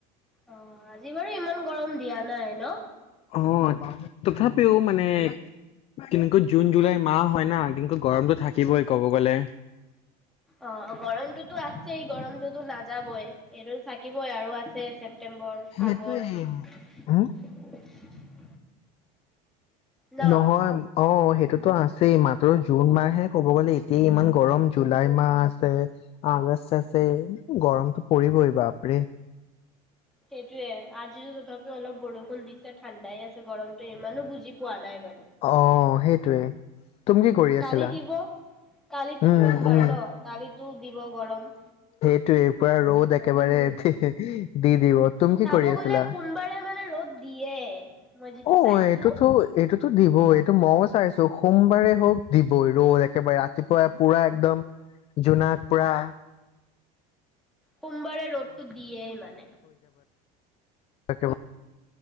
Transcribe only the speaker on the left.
অ তথাপিও মানে কেনেকৈ জুন জুলাই মাহ হয় কিন্তু ক গৰমতটো থাকিবই ক'ব গ'লে।
সেইটোৱে
হম
নহয় অ সেই তো আছেই মাত্ৰ জুন মাহহে ক'ব গ'লে এতিয়া ইমান গৰম জুলাই মাহ আছে আগষ্ট আছে গৰমতটো পৰিবই বাপৰে
অ সেইটোৱে তুমি কি কৰি আছিলা
উম
উম
টো এই পৰা ৰ'দ একেবাৰে
এতি দি দিব তুমি কি
কৰি আছিলা
অ
এইটোতো এইটোতো দ ব এইটো ময়ো চাইছো সোমবাৰে হওক দিবই ৰ'ল একেবাৰে ৰাতিপুৱা পুৰা একদম জোনাক পুৰা
তাক